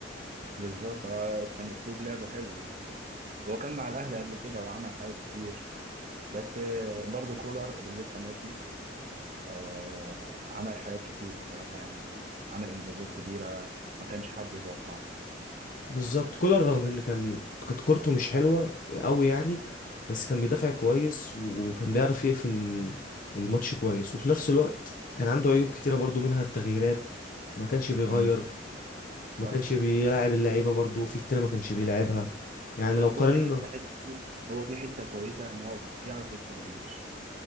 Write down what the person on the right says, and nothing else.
بالظبط اه كان اسلوب لعبه حلو بس آه، هو كان مع الاهلي قبل كده وعمل حاجات كتير بس آه، برضه كولر اللي لسه ماشي آه، عمل حاجات كتير بصراحه يعني وعمل انجازات كبيره ما كانش حد يتوقعها
مم.
صح
بس
هو في حته حته هو في حته كويسه ان هو بيعرف يكسب الماتش